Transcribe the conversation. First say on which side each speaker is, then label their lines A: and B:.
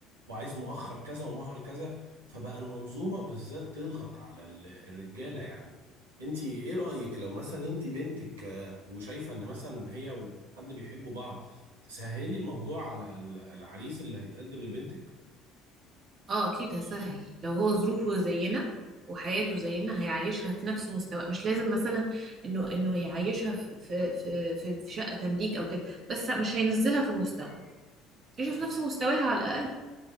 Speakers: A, on the right (about 80°); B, on the right (about 40°).
A: وعايز مؤخر كذا ومهر كذا فبقى المنظومة بالذات تضغط على ال- الرجالة يعني انت ايه رأيك لو مثلا انت بنتك آه، وشايفة ان مثلا هي وحد بيحبوا بعض تسهلي الموضوع على ال- العريس اللي هيتقدم لبنتك
B: اه اكيد هسهل لو هو ظروفه زينا وحياته زينا هيعيشها في نفس مستوى مش لازم مثلا انه انه يعيشها في في في في في شقة تمليك او كده بس مش هينزلها في المستوى يعيشها في نفس مستواها على الاقل